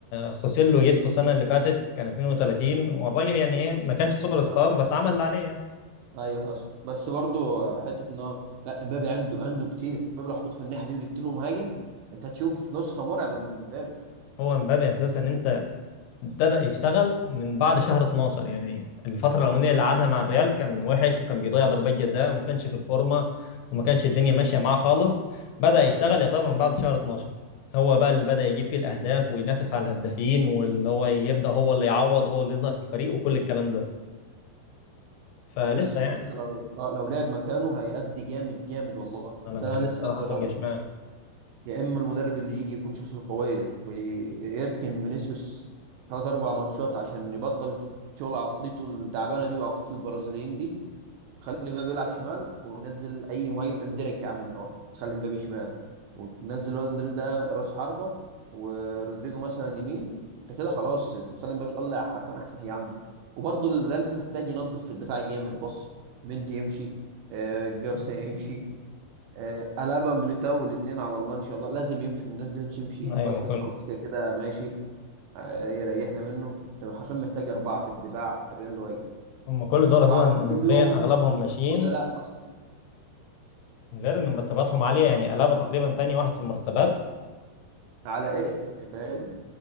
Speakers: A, on the left; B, on the right.
A: خوسيلو جبته السنه اللي فاتت كان 32 والراجل يعني ايه ما كانش سوبر ستار
B: اه
A: بس عمل اللي عليه يعني
B: ايوه حصل بس برضو حته ان هو لا امبابي عنده عنده كتير امبابي لو حطيته في الناحيه دي وجبت له مهاجم انت هتشوف نسخه مرعبه من امبابي
A: هو مبابي اساسا انت ابتدى يشتغل من بعد شهر 12 يعني الفترة الأولانية اللي قعدها مع الريال كان وحش وكان بيضيع ضربات جزاء وما كانش في الفورمة وما كانش الدنيا ماشية معاه خالص بدأ يشتغل يعتبر من بعد شهر 12 هو بقى اللي بدأ يجيب فيه الأهداف وينافس على الهدافين واللي هو يبدأ هو اللي يعوض هو اللي يظهر في الفريق وكل الكلام ده فلسه
B: ولسه
A: يعني
B: ولسه لو اه لو لعب مكانه هيأدي جامد جامد والله
A: أنا
B: بس
A: بحبه
B: انا لسه
A: بصراحة
B: عند رأيي
A: وينج شمال
B: يا اما المدرب اللي يجي يكون شخصيته قويه ويركن فينيسيوس ثلاث اربع ماتشات عشان يبطل شغل عقليته التعبانه دي وعقليه البرازيليين دي خلي مبابي يلعب شمال ونزل اي مهاجم اندريك يا عم لو هتخلي مبابي شمال وتنزل الواد اندريك ده راس حربة ورودريجو مثلا يمين انت كده خلاص انت بتخلي مبابي يطلع حرفيا احسن حاجة عنده وبرضه الريال محتاج ينظف في الدفاع جامد بص مندي يمشي آه جارسيا يمشي آه ألابا ميليتاو الاثنين على الله ان شاء الله لازم يمشوا الناس دي لازم تمشي
A: أيوة
B: فاسكس
A: ما كل
B: خلاص كده كده ماشي آه، يريحنا منه انت حرفيا محتاج اربعه في الدفاع اقل واجب
A: هم كل دول
B: اربعه
A: أساسا
B: وتجيب
A: نسبيا
B: لهم
A: أغلبهم ماشيين
B: بدلاء اصلا
A: غير إن مرتباتهم عالية يعني ألابا تقريبا تاني واحد في المرتبات
B: على ايه يعني فاهم